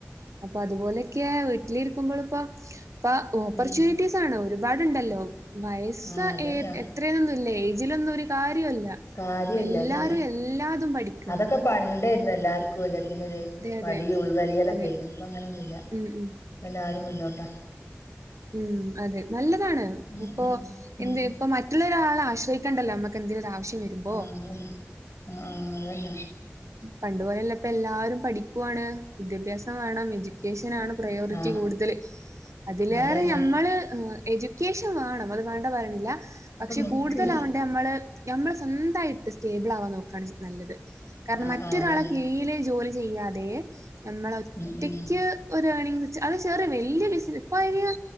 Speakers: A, on the right; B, on the left.
A: അപ്പൊ അതുപോലെയൊക്കെ വീട്ടിലിരിക്കുമ്പോ ൾപ്പം ഇ ഓപ്പർച്യൂരിറ്റീസ്
B: ഉം
A: ആണോ ഒരുപാട്ണ്ടല്ലോ വയസ്സാ
B: ആഹ് അതന്നെ
A: എ എത്രന്നല്ലേ എയ്ജിലൊന്നും ഒരു കാര്യല്ലാ <unintelligible>
B: കാര്യല്ല
A: ല്ല എല്ലാരും
B: അതന്നെ
A: എല്ലാതും പഠിക്കാ
B: അതൊക്കെ <unintelligible> എല്ലാർക്കും എല്ലാത്തി ഒരു മടി
A: അതെ
B: ഉൾവലിയലൊക്കെരുന്നു
A: അതെ.
B: ഇപ്പ അങ്ങനൊന്നുല്ലാ
A: ഉം ഉം.
B: പംല്ലാർക്കു മുന്നോട്ടാ
A: ഉം അതെ നല്ലതാണ്
B: ഉം
A: ഉപ്പൊ
B: ഉം ഉം
A: എന്ത് ഇപ്പൊ മറ്റുള്ള ആശ്രയികണ്ടല്ലോ മ്മക്കന്തേങ്കിലും ഒരാവശ്യം രുമ്പോ
B: ആ അതന്നെ ആ ആ അതന്നെ
A: പണ്ടപോലെല്ലപ്പ എല്ലാരും പഠിക്കാ ണ് വിദ്യാഭ്യാസം വേണം എഡ്യൂക്കേഷൻണ് പ്രയോറിറ്റി
B: ആ
A: കൂടുതൽ അതിലേറെ
B: അതന്നെ
A: നമ്മള് എജ്യൂക്കേഷൻ വേണം അത് വേണ്ട പറണില്ല
B: അപ്പൊ
A: പക്ഷെ
B: നിക്ക്
A: കൂടുതലവണ്ട നമ്മള് നമ്മൾ സ്വന്തമയിട്ട് സ്റ്റേബിൾ ആവാൻ നോക്കാണ് നല്ലത് കാരണം
B: ആ
A: മറ്റൊരാളെ
B: ആ അതന്നെ
A: കീഴില് ജോലി ചെയതെ നമ്മള് ഒറ്റക്ക്ഒരാളെ
B: ഉം ഉം
A: വുളിച്ച് <unintelligible> അയ്യോ